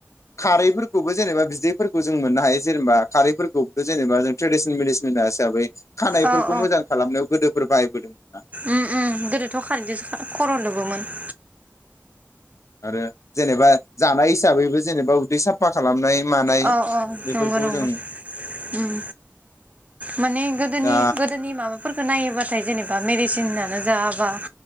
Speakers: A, on the left; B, on the right.
A: खारैफोरखौबो जेनेबा बिदैफोरखौ जों मोननो हायो जेनेबा खारैफोरखौबोथ' जेनेबा जों ट्रेडिसनेल मेडिसिन मोना हिसाबै खानायफोरखौ
B: औ औ
A: मोजां खालामनायाव गोदोफोर बाहायबोदोंमोन
B: उम उम गोदोथ' खारैजोंसो खर' लोबोमोन <inaudible>
A: आरो जेनेबा जानाय हिसाबैबो जेनेबा उदै साफा खालामनाय मानाय
B: औ औ
A: बेफोरखौ
B: नंगौ नंगौ
A: जों
B: उम माने गोदोनि
A: दा
B: गोदोनि माबा फोरखो नायोबाथाय जेनेबा मेडिसिनानो जा बा